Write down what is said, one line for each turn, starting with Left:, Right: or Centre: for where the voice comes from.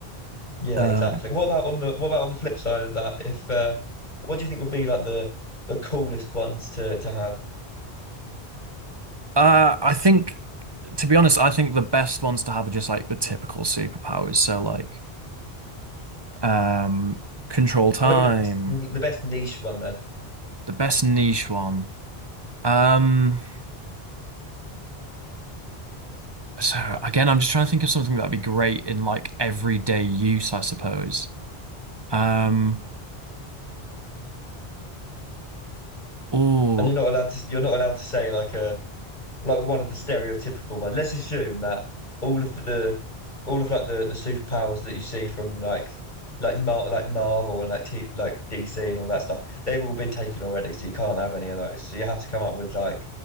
Left: Yeah,
Right: Um,
Left: exactly. What about on the what about on the flip side of that? If uh, what do you think would be like the the coolest ones to to have?
Right: uh, I think, to be honest, I think the best ones to have are just like the typical superpowers. So like, um, control time,
Left: Or maybe the best the best niche one then.
Right: the best niche one. Um, So again, I'm just trying to think of something that'd be great in like everyday use, I suppose. Um, oh,
Left: And you're not allowed to you're not allowed to say like a like one of the stereotypical ones. Let's assume that all of the all of like the the superpowers that you see from like like Mar like Marvel and like T like DC and all that stuff, they've all been taken already, so you can't have any of those. So you have to come up with like